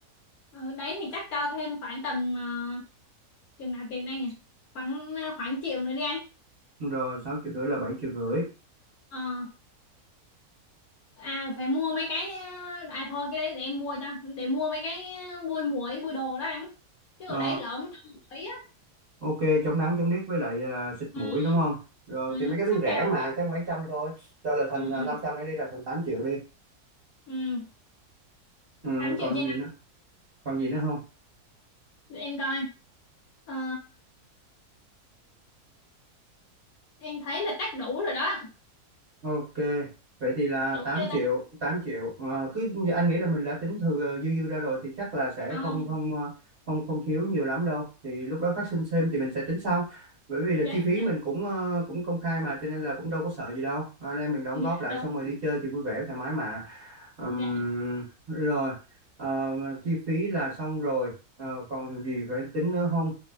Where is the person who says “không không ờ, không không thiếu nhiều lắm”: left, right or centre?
Right